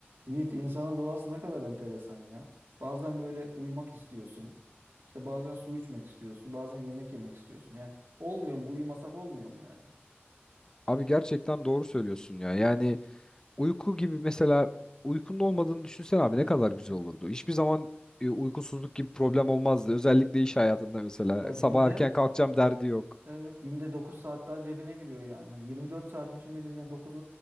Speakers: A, on the right; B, on the left.
A: Yiğit insanın doğası ne kadar enteresan ya. Bazen böyle uyumak istiyorsun. İşte bazen su içmek istiyorsun. Bazen yemek yemek istiyorsun. Yani olmuyor mu? Uyumasak olmuyor mu yani?
B: Abi gerçekten doğru söylüyorsun ya. Yani uyku gibi mesela uykunun olmadığını düşünsen abi ne kadar güzel
A: Hmm.
B: olurdu. Hiçbir zaman e, uykusuzluk gibi problem olmazdı. Özellikle iş hayatında mesela
A: Ya günde
B: sabah erken kalkacağım derdi yok.
A: evet günde 9 saat daha cebine giriyor yani. Hani 24 saatin içinde biz yani 9